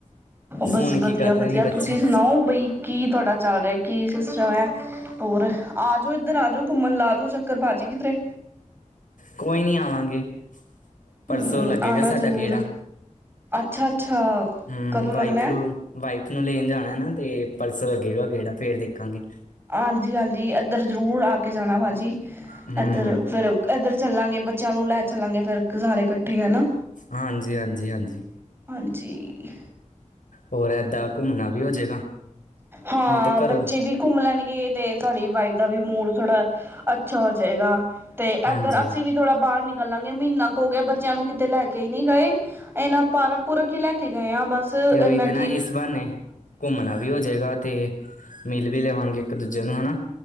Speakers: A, on the right (about 15°); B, on the left (about 85°).
A: ਬਸ
B: ਹੁਣ ਕੀ
A: ਵਦੀਆ
B: ਕਰ
A: -ਵਦੀਆ
B: ਰਹੇ ਨੇ ਬੱਚੇ?
A: ਤੁਸੀਂ ਸੁਣਾਓ ਬਈ ਕੀ ਤਾਡਾ ਚਾਲ ਰੇਆ? ਕੀ ਸਿਸਟਮ ਐ, ਹੋਰ ਆਜੋ ਏਦਰ ਆ ਜੋ ਘੁੰਮਣ ਲਾਜੋ <unintelligible>
B: ਕੋਈ ਨੀ ਆਵਾਗੇ। ਪਰਸੋਂ
A: ਹਮ
B: ਲੱਗੇਗਾ
A: ਆਉਣਾ
B: ਸਾਡਾ
A: ਜ਼ਰੂਰ
B: ਗੇੜਾ,
A: ਅੱਛਾ-ਅੱਛਾ,
B: ਹੂੰ
A: ਕਦੋਂ
B: ਵਾਈ
A: ਲੱਗਣਾ
B: ਫਲੂ
A: ਹੈ?
B: ਵਾਈਫ ਨੂੰ ਲੇਨ ਜਾਨਾ ਏ ਨਾ, ਤੇ ਪਰਸੋਂ ਲੱਗੇਗਾ ਗੇੜਾ ਫੇਰ ਦੇਖਾਂਗੇ।
A: ਆਂਜੀ ਆਂਜੀ ਐਦਰ ਜ਼ਰੂਰ ਆ ਕੇ ਜਾਣਾ ਭਾਜੀ,
B: ਹੂੰ
A: ਐਧਰ
B: ਹੂੰ
A: ਫਿਰ ਐਦਰ ਚੱਲਾਂਗੇ ਬੱਚਿਆਂ ਨੂੰ ਲੈ ਚੱਲਾਂਗੇ, ਫਿਰ ਸਾਰੇ ਇਕੱਠੇ ਹਨਾ।
B: ਹਾਂਜੀ -ਹਾਂਜੀ- ਹਾਂਜੀ।
A: ਹਾਂਜੀ ਈ।
B: ਹੋਰ ਐਦਾ ਘੁੰਮਣਾ ਵੀ ਹੋਜੇਗਾ,
A: ਹਾਂ
B: ਨਹੀਂ ਤਾਂ ਘਰੋ
A: ਬੱਚੇ ਵੀ ਘੁੰਮ ਲੈਣਗੇ ਏ ਤੇ ਤੁਹਾਡੀ ਵਾਈਫ ਦਾ ਵੀ ਮੂਡ ਥੋੜਾ ਅੱਛਾ ਹੋ ਜਾਏਗਾ। ਤੇ
B: ਹਾਂਜੀ
A: ਐਦਰ ਅਸੀਂ ਵੀ ਥੋੜਾ ਬਾਰ ਨਿਕਲਾਂਗੇ, ਮਹੀਨਾ ਕੁ ਹੋ ਗਿਆ, ਬੱਚਿਆਂ ਨੂੰ ਕਿਤੇ ਲੈ ਕੇ ਹੀ ਨਹੀਂ ਗਏ। ਐਨਾ ਪਾਰਕ ਪੂਰਕ ਹੀ ਲੈ ਕੇ ਗਏਂ ਆਂ ਬਸ
B: ਤੇ ਉਹੀ
A: ਇੰਨਾ
B: ਤੇ ਨਾ ਇਸ ਬਾਨੇ ਘੁੰਮਣਾ ਵੀ ਹੋ ਜੇ ਗਾ ਤੇ ਮਿਲ ਵੀ ਲਵਾਂਗੇ ਇੱਕ ਦੂਜੇ ਨੂੰ ਹਨਾ।